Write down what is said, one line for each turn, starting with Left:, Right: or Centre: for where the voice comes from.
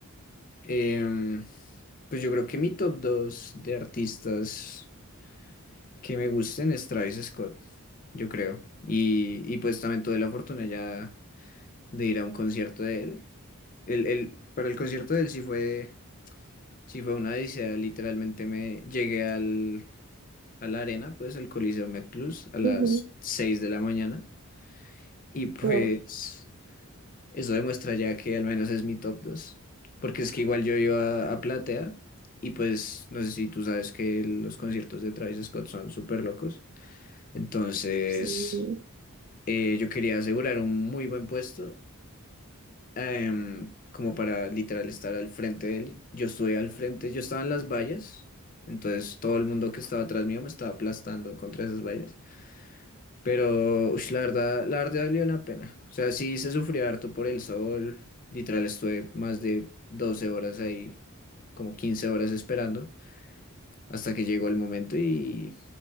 Left: Em, pues yo creo que mi top 2 de artistas que me gusten es Travis Scott, yo creo. Y, y pues también tuve la fortuna ya de ir a un concierto de él. El, el, para el concierto de él sí fue, sí fue una odisea. Literalmente me llegué al, a la arena, pues al Coliseo MedPlus a las
Right: Ujú,
Left: 6 de la mañana. Y pues
Right: Wow.
Left: eso demuestra ya que al menos es mi top dos Porque es que igual yo iba a, Platea y pues no sé si tú sabes que los conciertos de Travis Scott son súper locos. Entonces
Right: Sí.
Left: eh, yo quería asegurar un muy buen puesto em, como para literal estar al frente de él. Yo estuve al frente, yo estaba en las vallas, entonces todo el mundo que estaba atrás mío me estaba aplastando contra esas vallas. Pero ush, la verdad, la verdad valió la pena. O sea, sí se sufrió harto por el sol, literal estuve más de 12 horas ahí, como 15 horas esperando, hasta que llegó el momento y...